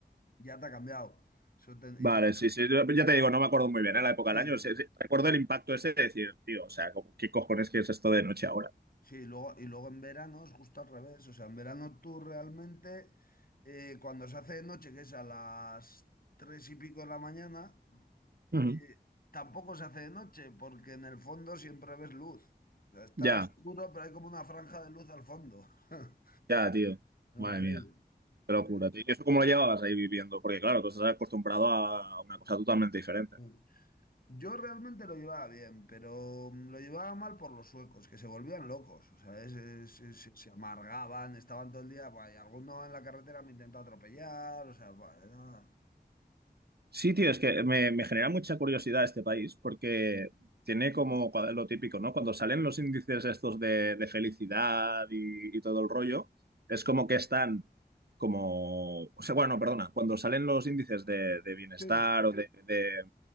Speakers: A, on the left; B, on the right.
A: ya te ha cambiado. Eso te-
B: Vale,
A: iría-
B: sí, sí, yo- ya te digo, no me acuerdo muy bien, ¿eh? la época
A: sí,
B: del año, sí, sí, recuerdo el impacto ese de decir, tío, o sea, como, ¿qué cojones que es esto de noche ahora?
A: sí, luego, y luego en verano es justo al revés. O sea, en verano tú realmente, eh, cuando se hace de noche, que es a las tres y pico de la mañana,
B: Ujú.
A: eh, tampoco se hace de noche, porque en el fondo siempre ves luz. O sea, está
B: Ya,
A: oscuro, pero hay como una franja de luz al fondo. <laughs>
B: ya, tío,
A: A
B: madre
A: ver.
B: mía. Qué locura, tío. ¿Y eso cómo lo llevabas ahí viviendo? Porque claro, tú estás acostumbrado a una cosa totalmente diferente.
A: eh. Yo realmente lo llevaba bien, pero mm, lo llevaba mal por los suecos, que se volvían locos, o sea, es- es- es- se se amargaban, estaban todo el día, buah, y alguno en la carretera me intentó atropellar, o sea, buah, era-
B: Sí, tío, es que me, me genera mucha curiosidad este país porque tiene como cua- lo típico, ¿no? Cuando salen los índices estos de, de felicidad y, y todo el rollo, es como que están como, o sea, bueno, perdona, cuando salen los índices de, de bienestar
A: Sí.
B: o de, de,